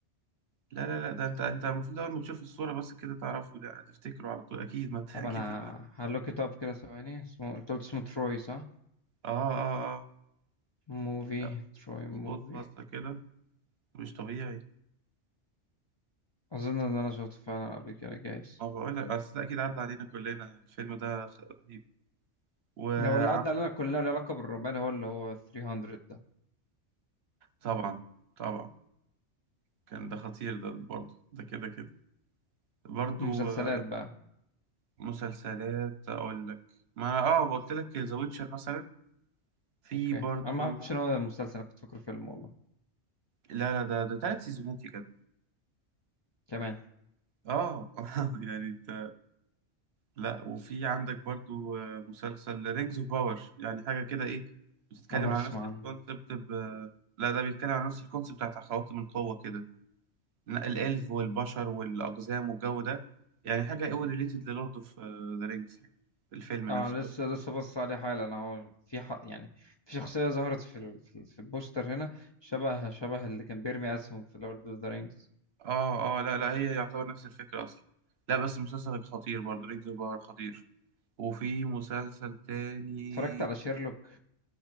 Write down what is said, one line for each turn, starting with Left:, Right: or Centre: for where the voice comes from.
Right: لا لا لا ده انت انت المفروض اول ما تشوف الصوره بس كده تعرفه ده تفتكره على طول اكيد ما انت <laughs>
Left: طب
Right: اكيد
Left: انا
Right: سمعت.
Left: هلوك ات اب كده ثواني اسمه انت قلت اسمه تروي صح
Right: اه اه اه
Left: موفي
Right: لا
Left: تروي موفي
Right: خد بصه كده مش طبيعي
Left: اظن ان انا شفته فعلا قبل كده جايز
Right: ما بقول لك اصل ده اكيد عدى علينا كلنا الفيلم ده خ- رهيب وعم
Left: إن هو اللي عدى علينا كلنا له علاقة بالرومان هو اللي هو 300 ده
Right: طبعا طبعا كان ده خطير ده برضه ده كده كده برضو
Left: المسلسلات
Right: آه،
Left: بقى
Right: مسلسلات اقول لك ما اه قلت لك ذا ويتشر مثلا في
Left: اوكي
Right: برضو
Left: انا ما اعرفش ان هو مسلسل أنا كنت فاكره فيلم والله
Right: لا لا ده ده ثلاث سيزونات يا جدع
Left: كمان
Right: اه <laughs> يعني انت لا وفي عندك برضو آه، مسلسل رينجز اوف باور يعني حاجه كده ايه بتتكلم
Left: اول مره
Right: على
Left: اسمع
Right: نفس
Left: عنه
Right: الكونسبت ب... لا ده بيتكلم على نفس الكونسبت بتاعت خواتم القوه كده ن- الالف والبشر والاقزام والجو ده يعني حاجه قوي ريليتد للورد اوف ذا رينجز يعني الفيلم نفسه
Left: اه لسه لسه بص عليه حالا انا هو في حق يعني في شخصيه ظهرت في ال- في, ال- في البوستر هنا شبه شبه اللي كان بيرمي اسهم في لورد اوف ذا رينجز
Right: اه اه لا لا هي يعتبر نفس الفكرة أصلا لا بس مسلسل خطير برضه رينج باور خطير وفي مسلسل تاني
Left: اتفرجت على شيرلوك